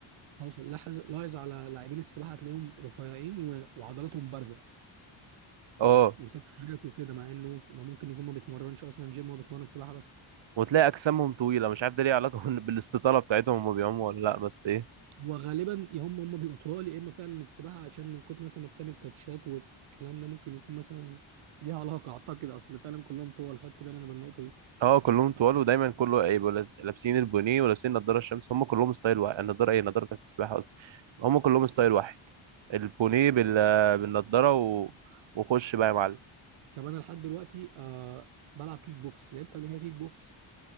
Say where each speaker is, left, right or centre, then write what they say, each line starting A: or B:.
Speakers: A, on the right; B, on the right.
A: حصل لاحظ لاحظ على لاعبين السباحة هتلاقيهم رفيعين و... وعضلاتهم بارزة
B: اه
A: وساكت هناك وكده مع انه ما ممكن يكون ما بيتمرنش اصلا جيم هو بيتمرن سباحه بس
B: وتلاقي اجسامهم طويله مش عارف ده ليه علاقه <laughs> بالاستطاله بتاعتهم هما بيعوموا ولا لا بس ايه
A: هو غالبا يا هم هم بيبقوا طوال يا اما فعلا السباحه عشان من كتر مثلا ما بتعمل كاتشات والكلام ده ممكن يكون مثلا ليها علاقه اعتقد اصل فعلا كلهم طوال خدت بالي انا بالنقطه دي
B: اه كلهم طوال ودايما كله يبقوا لاز- لابسين البونيه ولابسين نضاره الشمس هم كلهم ستايل واحد النضاره ايه النضاره بتاعت السباحه اصلا هم كلهم ستايل واحد البونيه بال... بالنضاره و... وخش بقى يا معلم
A: طب انا لحد دلوقتي آه بلعب كيك بوكس لعبت قبل كده كيك بوكس